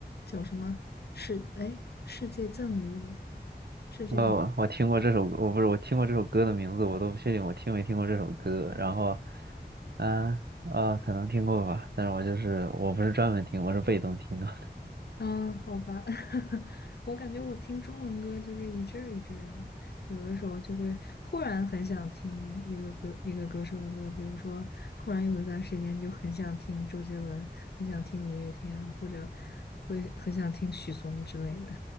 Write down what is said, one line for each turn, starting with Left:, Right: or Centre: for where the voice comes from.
Left: 叫什么？是，哎，世界赠予我，是这个。
Right: 我我我听过这首歌我不是我听过这首歌的名字，我都不确定我听没听过这首歌。然后，啊啊，可能听过吧，但是我就是我不是专门听，我是被动听的。<laughs>
Left: 嗯，好吧，<laughs> 我感觉我听中文歌就是一阵儿一阵儿的，有的时候就会忽然很想听一个歌一个歌手的歌，比如说忽然有一段时间就很想听周杰伦，很想听五月天，或者会很想听许嵩之类的。